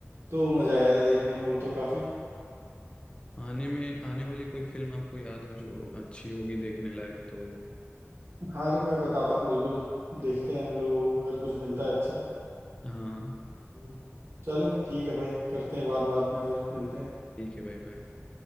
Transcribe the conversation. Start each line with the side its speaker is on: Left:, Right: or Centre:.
Right: तो मज़ा आया था देखने में वो तो काफ़ी
Left: आने में आने वाली कोई फिल्म आपको याद हो जो अच्छी होगी देखने लायक तो
Right: हाँ अरे मैं बताता हूँ बिल्कुल देखते हैं हम लोग वो अगर कुछ मिलता है अच्छा
Left: हाँ
Right: हम्म। चलो ठीक है भाई करते हैं बात बाद में और मिलते हैं
Left: ठीक है भाई भाई